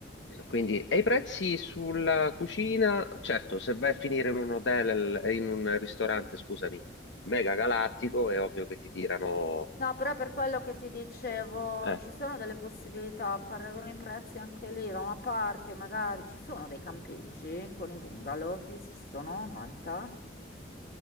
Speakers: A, on the left (about 80°); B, on the left (about 55°).
A: Quindi, e i prezzi sulla cucina? Certo, se vai a finire in un hotel, eh, in un ristorante, scusami, mega galattico, è ovvio che ti tirano...
B: No, però per quello che ti dicevo,
A: Eh,
B: ci sono delle possibilità, paragono i prezzi anche lì, da una parte magari ci sono dei campeggi con i bungalow, esistono a Malta?